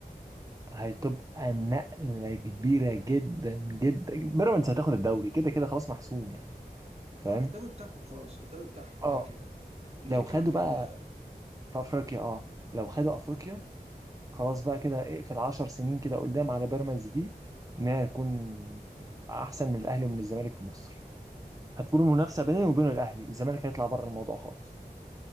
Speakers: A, on the right; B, on the right.
A: هتبقى نقلة كبيرة جدا جدا بيراميدز هتاخد الدوري كده كده خلاص محسوم يعني فاهم؟
B: اه الدوري بتاعهم خلاص الدوري بتاعهم
A: اه
B: كده كده الفكره
A: لو خدوا
B: بقى في
A: بقى
B: ال-
A: في افريقيا اه لو خدوا افريقيا خلاص بقى كده اقفل 10 سنين كده قدام على بيراميدز دي انها تكون احسن من الاهلي ومن الزمالك في مصر هتكون المنافسة بيني وبين الاهلي الزمالك هيطلع بره الموضوع خالص